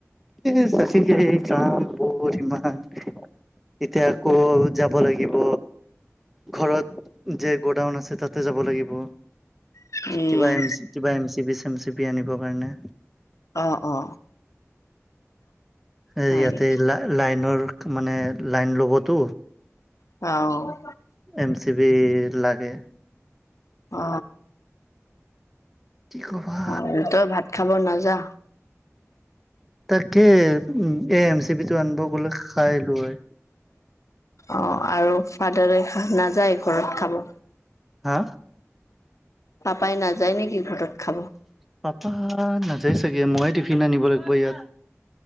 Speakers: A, in the centre; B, on the left.
A: এ তাকে <unintelligible> কাম বহুত ইমান। এতিয়া আকৌ, যাব লাগিব। ঘৰত যে গ'ডাউন আছে, তাতে যাব লাগিব
B: উম
A: কিবা M C, M C B, চেম চি বি আনিবৰ কাৰণে।
B: অ অ
A: এই
B: হয়
A: ইয়াতে
B: নেকি
A: লা লাইনৰ মানে লাইন ল'বতো
B: অ',
A: এম চি বি লাগে
B: অ।
A: কি ক'বা,
B: অ', তই ভাত খাব নাযা
A: তাকে। উম। এ এম চি বি টো আনিব গলে খাই আহিলো হয়।
B: অ আৰু ফাদাৰে নাযায় ঘৰত খাব?
A: হা?
B: পাপাই নাযায় নেকি ঘৰত খাব
A: পাপা নাযাই চাগে। মইয়ে টিফিন আনিব লাগিব ইয়াত।